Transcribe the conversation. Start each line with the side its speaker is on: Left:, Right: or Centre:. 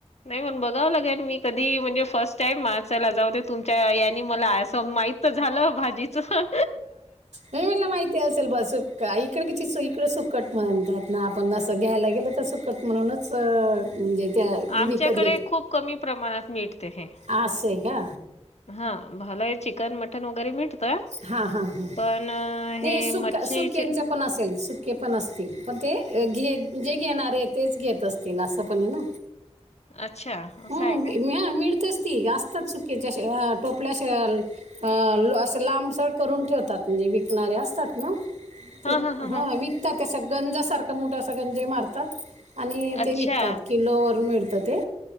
Left: नाहीं मं बघावं लागेलं मी कधीं म्हणजे फर्स्ट फस्तं टाईम माणसांला जाऊं दे तुमच्यां यांनी मलां असं माहित झालं भाजीचं
Right: ह मला माहिती असेल ब सुक इकड कि इकं सुकट म्हणतात ना, आपण नसं घ्यायला गेल तर सु म्हणूनच, म्हणजे त्या
Left: आमच्याकडे
Right: विकत
Left: खूप कमी प्रमाणात भेटत हे.
Right: अस आहे का?
Left: हा, भालाये चिकन मटन वगैरे मिळत त,
Right: हां हां हां
Left: पण
Right: नाही
Left: हे
Right: सुक्या
Left: मच्छीचे
Right: सुक्यांचे पण असेल, सुक्के पण असतील, पण ते घे जे घेणार आहे तेच घेत असतील असं पण आहे ना.
Left: अच्छा असं
Right: हम,
Left: आहे का
Right: मिळतेच ती असतात सुकिचे टोपल्याशल, अस लांबसळ करून ठेवतात, म्हणजे विकणारे असतात ना
Left: हा
Right: ते
Left: हा हा
Right: ह,
Left: हा
Right: विकतात असे गंजासारखं मोठा गंजे मारतात. आणि
Left: अच्छा
Right: ते विकतात, किलोवर मिळतं ते